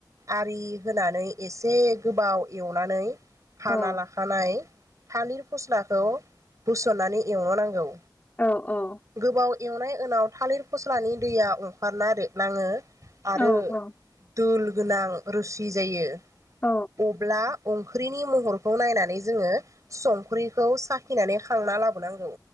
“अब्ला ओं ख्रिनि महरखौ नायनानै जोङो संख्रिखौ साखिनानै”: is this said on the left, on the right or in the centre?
Right